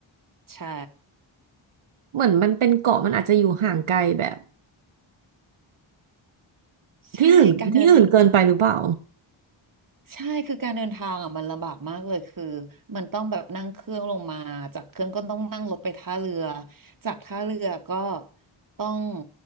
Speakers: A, on the right; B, on the right.
A: ใช่
B: เหมือนมันเป็นเกาะมันอาจจะอยู่ห่างไกลแบบ
A: ใช่การเดินทาง
B: ที่อื่นที่อื่นเกินไปหรือเปล่า
A: ใช่คือการเดินทางอ่ะมันลำบากมากเลยคือมันต้องแบบนั่งเครื่องลงมาจากเครื่องก็ต้องนั่งรถไปท่าเรือจากท่าเรือก็ต้อง